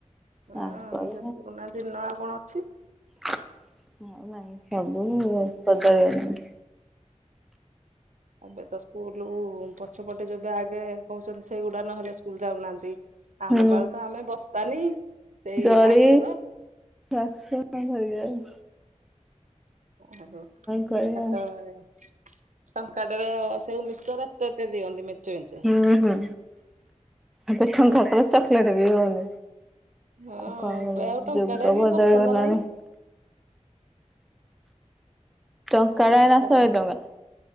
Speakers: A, on the right; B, in the centre.
A: ହଁ
B: ଆଗରେ
A: ।ସେ ପୁରୁଣା ଦିନ ଆଉ କଣ ଅଛି।
B: ହ ନାଇଁ ସବୁ ସଜା ନାଇଁ। <unintelligible>
A: ଏବେ ତ ସ୍କୁଲ ପଛପଟେ ଯେବେ ଆଗେ କହୁଛନ୍ତି ସେଇଗୁଡ଼ା ନ ହେେଲେ ସ୍କୁଲ ଯାଉନାହାନ୍ତି। ଆମ
B: ହୁଁ।
A: ବେଳେ ତ ଆମେ ବସ୍ତାନି ସେଇ
B: ଜରି,
A: ବାକ୍ସ
B: <unintelligible> ରସଉ
A: ଓହୋ ।
B: କରିବା
A: ସେତେବେଳେ ଟଙ୍କାଟର ସେଉ ମିକ୍ସଚର ଏତେ ଏତେ ଦିଅନ୍ତି। ମେଞ୍ଚେ।
B: ହୁଁ ହୁଁ। ଏବେ ଟଙ୍କାଙ୍କରେ ଚକୋଲେଟ ବି ହଉନି।
A: ହଁ
B: ଆଉ କଣ
A: ଏବେ
B: କରିବୁ
A: ଆଉ ଟଙ୍କାଟେ
B: ଯୁଗ
A: କେହି
B: ବଦଳିଗଲାଣି।
A: ପସନ୍ଦ ନାହିଁ।
B: ଟଙ୍କାଟା
A: ଆମେ
B: ଏଇନା
A: ଶନିବାର
B: ଶହେଟଙ୍କା।